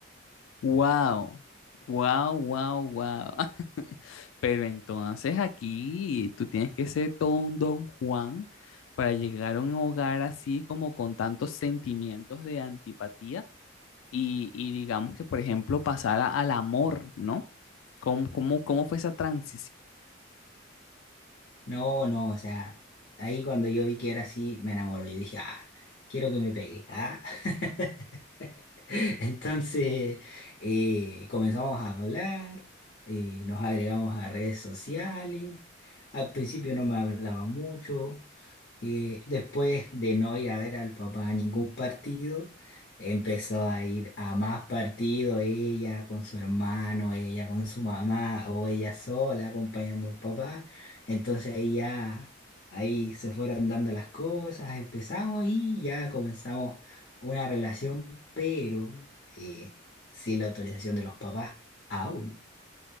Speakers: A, on the left (about 85°); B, on the left (about 50°).
A: Wow, wow, wow, wow. <laughs> Pero entonces aquí tú tienes que ser todo un don Juan para llegar a un hogar así como con tantos sentimientos de antipatía y, y digamos que, por ejemplo, pasar a- al amor, ¿no? ¿Cómo, cómo, cómo fue esa transición?
B: No, no, o sea, ahí cuando yo vi que era así, me enamoró, yo dije, ah, quiero que me pegue, ah. <laughs> Entonces, eh, comenzamos a hablar, eh, nos agregamos a redes sociales, al principio no me hablaba mucho Y después de no ir a ver al papá a ningún partido, empezó a ir a más partidos, ella con su hermano, ella con su mamá o ella sola acompañando al papá. Entonces ahí ya, ahí se fueron dando las cosas, empezamos y ya comenzamos una relación, pero eh, sin la autorización de los papás, aún,